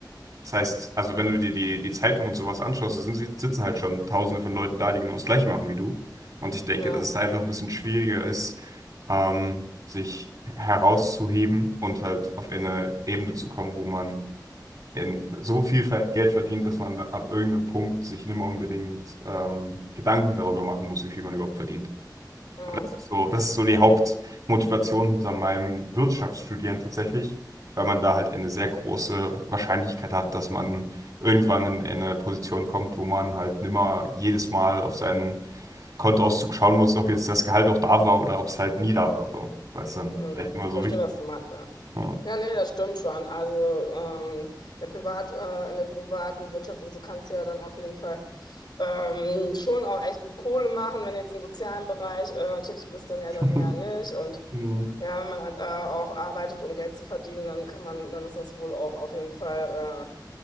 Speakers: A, on the right (about 55°); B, on the left (about 75°).
A: Das heißt, also wenn du dir die, die Zeitung und sowas anschaust, da sind, sitzen halt schon Tausende von Leuten da, die genau das Gleiche machen wie du. Und ich denke,
B: ja.
A: dass es da einfach ein bisschen schwieriger ist, ähm, sich herauszuheben und halt auf eine Ebene zu kommen, wo man in so viel Geld verdient, dass man ab irgendeinem Punkt sich nicht mehr unbedingt ähm, Gedanken darüber machen muss, wie viel man überhaupt verdient.
B: ja.
A: Das ist so, das ist so die Hauptmotivation hinter meinem Wirtschaftsstudieren tatsächlich, weil man da halt eine sehr große Wahrscheinlichkeit hat, dass man irgendwann in eine Position kommt, wo man halt nimmer jedes Mal auf seinen Kontoauszug schauen muss, ob jetzt das Gehalt auch da war oder ob es halt nie da war, so, weil es dann
B: Hm,
A: vielleicht nicht mehr
B: verstehe,
A: so wichtig
B: was
A: ist.
B: du meinst, ja.
A: Ja.
B: Ja, nee, das stimmt schon. Also ähm, der Privat, äh, in der privaten Wirtschaft und so kannst du ja dann auf jeden Fall ähm, schon auch echt gut Kohle machen. Wenn du jetzt im sozialen Bereich äh, tätig bist, dann ja
A: <laughs>
B: dann eher nicht. Und
A: Hm,
B: ja, wenn man halt, äh, auch arbeitet, um Geld zu verdienen, dann kann man, dann ist das wohl auch auf jeden Fall